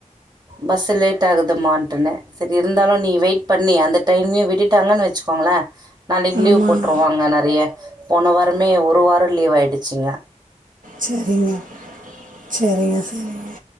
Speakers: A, on the right; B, on the right.
A: பஸ்ஸு லேட் ஆகுதுமான்ட்டுன்னு சரியிருந்தாலு நீ வெயிட் பண்ணி அந்த டைம்மயு விட்டுட்டாங்கன்னு வச்சுக்கோ ங்களே நாளிக்கு
B: ஆமாங்க
A: லீவ் போட்டுருவாங்க நெறைய போன வாரமே ஒரு வாரோ லீவ் ஆயிடுச்சிங்க
B: சேரிங்க செரிங்க செரிங்க